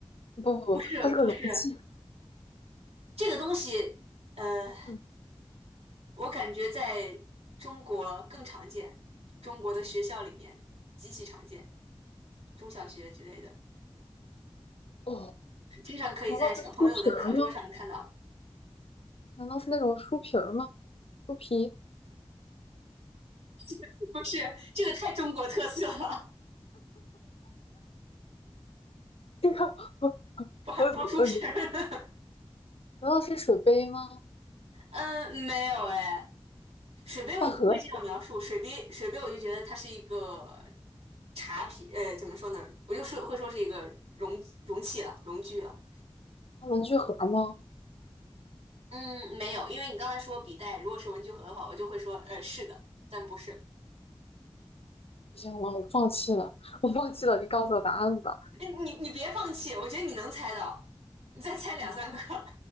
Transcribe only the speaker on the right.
不是，
不是，这个东西，呃。
我感觉在中国更常见，中国的学校里面极其常见，中小学之类的，
经常可以在小朋友的课桌上看到。
<laughs> 不是，这个太中国特色了，
我还包出皮儿了。
<laughs> 嗯，没有哎，水杯我不会这样描述，
水杯水杯我就觉得它是一个茶品，呃，怎么说呢？我就说会说是一个容容器了，容具了。
嗯，没有，因为你刚才说笔袋，如果是文具盒的话，我就会说，呃，是的，但不是。
你你你别放弃，我觉得你能猜到，你再猜两三个。